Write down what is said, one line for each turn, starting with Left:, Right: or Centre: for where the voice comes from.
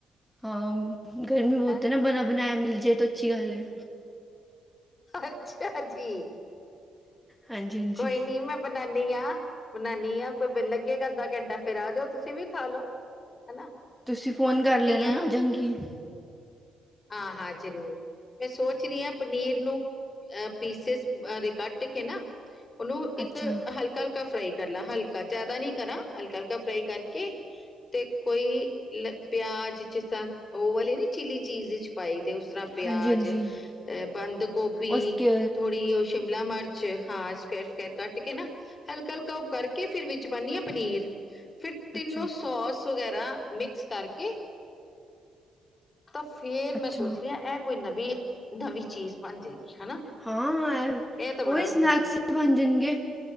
Centre: ਹਾਂ ਗਰਮੀ ਬਹੁਤ
Left: ਹੈਂ
Centre: ਨਾ ਬਣਾ ਬਣਾਇਆ, ਮਿਲ ਜਾਏ ਤਾਂ ਅੱਛੀ ਗੱਲ ਹੈ।
Left: ਅੱਛਾ ਜੀ
Centre: ਹਾਂਜੀ ਹਾਂਜੀ
Left: ਕੋਈ ਨੀ ਮੈਂ‌ ਬਨਾਨੀ ਆ ਬਨਾਨੀ ਹਾ ਕੋਈ ਬਿੱਨ ਲੱਗੇਗਾ, ਅੱਧਾ ਘੰਟਾ ਫੇਰ ਆ ਜਾਓ ਤੁਸੀਂ ਵੀ ਖਾਲੋ। ਹਨਾ।
Centre: ਤੁਸੀਂ ਫ਼ੋਨ ਕਰ ਲੈਣਾ
Left: ਹਾਂ
Centre: ਮੈਂ ਆ ਜਾਂਗੀ।
Left: ਹਾਂ ਹਾਂ ਜ਼ਰੂਰ ਮੈਂ ਸੋਚ ਰਹੀ ਹਾਂ। ਪਨੀਰ ਨੂੰ ਅਹ ਪੀਸਿਸ ਕੱਟ ਕੇ ਨਾ ਉਹਨੂੰ ਇੱਕ
Centre: ਅੱਛਾ
Left: ਹਲਕਾ ਹਲਕਾ ਹਲਕਾ ਫਰਾਈ ਕਰ ਲਾਂ ਹਲਕਾ ਜਿਆਦਾ ਨ ਕਰਾਂ ਹਲਕਾ ਹਲਕਾ ਫਰਾਈ ਕਰਕੇ ਤੇ ਕੋਈ ਲ ਪਿਆਜ ਚ ਉਹ ਵਾਲੀ ਨੀ ਚਿੱਲੀ ਚੀਜ਼ ਚ ਪਾਈ ਤੇ ਉਸ ਤਰ੍ਹਾਂ ਪਿਆਜ
Centre: ਹਾਂਜੀ ਹਾਂਜੀ
Left: ਅਹ ਬੰਦ ਗੋਭੀ
Centre: ਉਸਕੇ
Left: ਥੋੜੀ ਉਹ, ਸ਼ਿਮਲਾ ਮਿਰਚ ਹਾਂ ਸਕਿਏਰ ਸਕਿਏਰ ਕੱਟ ਕੇ ਨਾ, ਹਲਕਾ ਹਲਕਾ ਉਪ ਕਰਕੇ ਫਿਰ ਵਿੱਚ ਪਾਉਂਦੀ ਹਾਂ ਪਨੀਰ ਫਿਰ ਤਿੰਨੋ
Centre: ਅੱਛਾ
Left: ਸੋਸ ਵਗੈਰਾ ਮਿਕਸ ਕਰਕੇ ਤਾਂ ਫੇਰ ਮੈਂ
Centre: ਅੱਛਾ
Left: ਸੋਚਦੀ ਹਾਂ ਇਹ ਕੋਈ ਨਵੀਂ ਨਵੀਂ ਚੀਜ਼ ਬਣ ਜਾਏਗੀ ਹਨਾ।
Centre: ਹਾਂ
Left: ਇਹ ਤਾਂ ਬੜਾ
Centre: ਉਹੀ ਸਨੈਕਸ
Left: ਵਧੀਆ
Centre: ਹੀ ਬਣ ਜਾਣਗੇ